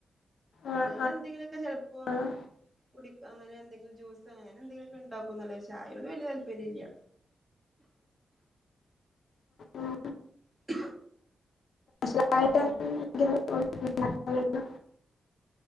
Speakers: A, on the right (about 20°); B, on the left (about 80°).
A: വെള്ളം
B: ആഹ്
A: എന്തെങ്കിലുമൊക്കെ ചെപ്പോ
B: ആഹ്
A: കുടിക്ക അങ്ങനെ എന്തെങ്കിലും ജ്യൂസ അങ്ങനെ എന്തെങ്കിലുമൊക്കെ ഉണ്ടാക്കോ നല്ല ചായയോണ്ട് വല്ിയ താല്പര്യല്ല
B: ഉം
A: ഉ
B: സ്പെഷ്യലായിട്ട്
A: ഉ പിന്നെന്താ
B: എന്തെങ്കിലും ഇണ്ടാക്കല്ണ്ടോ